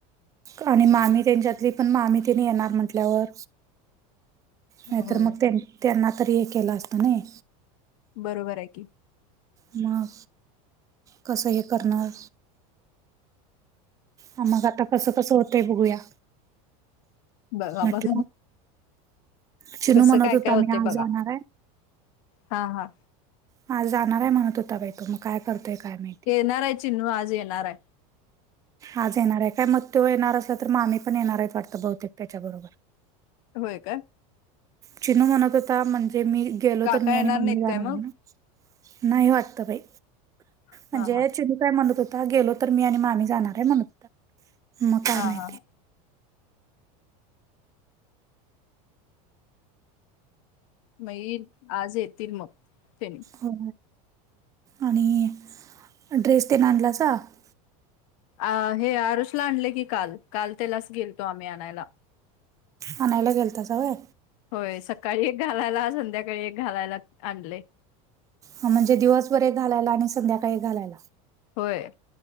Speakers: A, on the right; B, on the left.
A: आणि मामी त्यांच्यातली पण मामी तने येणार म्हटल्यावर, नाहीतर
B: होय.
A: मग त्यां त्यांना तरी हे केलं असतं नाही.
B: बरोबर आहे की.
A: मग, कसं हे करणार. ह मग आता कसं कसं होतय बघूया.
B: बघा,
A: म्हटलं
B: बघा
A: चिनू
B: कसं
A: म्हणत
B: काय
A: होता
B: काय होते
A: मी आज
B: बघा,
A: जाणार आहे
B: हा, हा
A: हा जाणार आहे म्हणत होता बाई तो, मग काय करतोय काय माहित.
B: येणार आहे चिनू, आज येणार आहे.
A: आज येणार आहे काय, मग तो येणार असला तर मामी पण येणार आहेत वाटतं बहुतेक त्याच्या बरोबर.
B: होय का.
A: चिनू म्हणत होता म्हणजे मी गेलो
B: काका
A: तर, मी
B: येणार
A: आणि मम्मी
B: नाहीत
A: जाणार
B: काय मग?
A: आहे. नाही वाटत बाई,
B: हा
A: म्हणजे
B: हा.
A: चिनी काय मणत होत गेलो तर मी आणि मामी जाणार आहे म्हणत होता, मग काय
B: हा
A: माहिती.
B: हा हा. मग येईल, आज येतील मग ते.
A: हो आणि ड्रेस ते ना आणलासा <unintelligible>
B: अ हे आरुषला आणले की काल, काल त्यालाच गेलतो आम्ही आणायला.
A: आणायला गेलता त वय?
B: होय, सकाळी एक घालायला संध्याकाळी एक घालायला आणले.
A: ह, म्हणजे दिवसभर एक घालायला आणि संध्याकाळी घालायला.
B: होय,